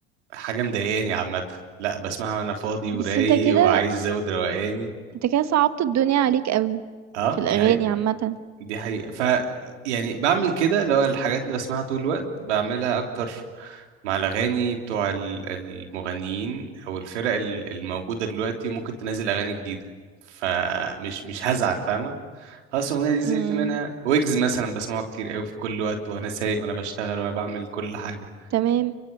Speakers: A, on the right; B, on the right.
A: حاجه مضايقاني عامه لا بسمعها وانا فاضي
B: بس
A: ورايق
B: انت كده
A: وعايز ازود روقاني
B: انت كده صعبت الدنيا عليك قوي
A: اه
B: في الاغاني
A: دي حقيقة
B: عامه
A: دي حقيقة ف يعني بعمل كده اللي هو الحاجات اللي بسمعها طول الوقت بعملها أكتر مع الأغاني بتوع ال- المغنيين أو الفرق ال- الموجودة دلوقتي ممكن تنزل أغاني جديدة فمش مش هزعل فاهمة خلاص الأغنية دي زهقت
B: امم
A: منها ويجز مثلا بسمعه كتير أوي في كل وقت وأنا سايق وأنا بشتغل وأنا بعمل كل حاجة
B: تمام